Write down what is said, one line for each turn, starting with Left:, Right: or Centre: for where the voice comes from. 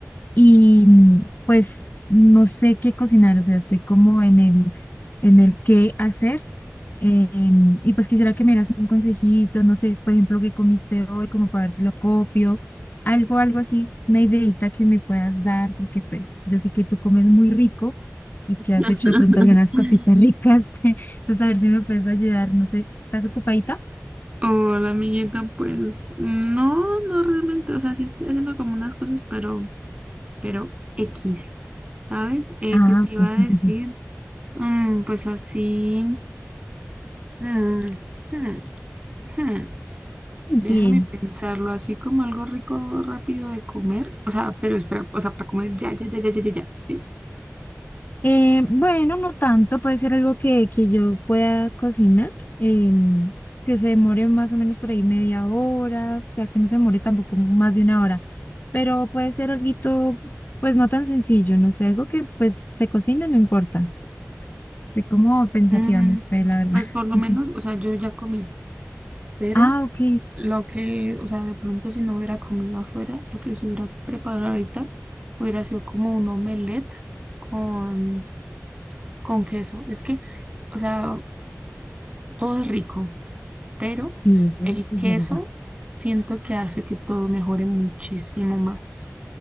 Left: y mm, pues no sé qué cocinar, o sea, estoy como en el, en el qué hacer. eh, em, y pues quisiera que me dieras un consejito, no sé, por ejemplo, qué comiste hoy, como para ver si lo copio, algo, algo así, una ideita que me puedas dar, porque pues yo sé que tú comes muy rico y que has
Right: <laughs>
Left: hecho de pronto algunas cositas ricas, <laughs> entonces a ver si me puedes ayudar, no sé, ¿estás ocupadita?
Right: Hola, amiguita, pues no, no realmente, o sea, sí estoy haciendo como unas cosas, pero, pero X, ¿sabes? Eh,
Left: Ah,
Right: ¿qué te
Left: ok.
Right: iba
Left: <laughs>
Right: a decir? Mm, pues así, mm, hmm, hmm, déjame
Left: Bien.
Right: pensarlo, así como algo rico, rápido de comer, o sea, pero espera, o sea, para comer ya, ya, ya, ya, ya, ya, ya, ¿sí?
Left: Eh, bueno, no tanto, puede ser algo que, que yo pueda cocinar, em, que se demore más o menos por ahí media hora, o sea, que no se demore tampoco más de una hora, pero puede ser algo, pues no tan sencillo, no sé, algo que pues se cocina, no importa. Estoy como pensativa,
Right: Mm,
Left: no sé, la verdad.
Right: pues por lo
Left: <laughs>
Right: menos, o sea, yo ya comí, pero...
Left: Ah, ok,
Right: Lo que, o sea, de pronto si no hubiera comido afuera, lo que se hubiera preparado ahorita hubiera sido como un omelette con, con queso. Es que, o sea, todo es rico, pero
Left: sí, eso
Right: el
Left: sí es
Right: queso
Left: verdad.
Right: siento que hace que todo mejore muchísimo más,